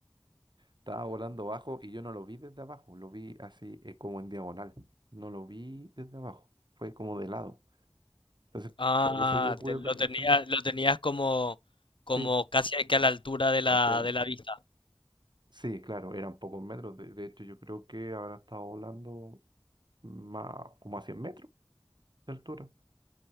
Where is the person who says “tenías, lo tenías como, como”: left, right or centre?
Left